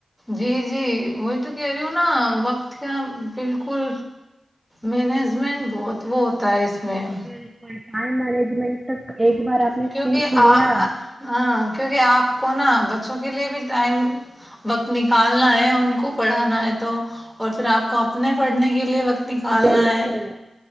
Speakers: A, in the centre; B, on the right.
A: جی جی وہی تو کہہ رہی ہ نا وقت کا بالکل مینجمنٹ بہت وہ ہوتا ہے اس میں
B: بالکل <unintelligible> ٹائم مارنیجمنٹ تک ایک بار آپ نے
A: کیونکہ
B: سیکھ لیا
A: آ ہ کیونکہ آپ کو نا بچوں کے لیے بھی ٹائم وقت نکالنا ہے ان کو پڑھانا ہے تو اور پھر آپ کو اپنے پڑھنے کے لیے وقت نکالنا
B: بالکل
A: ہے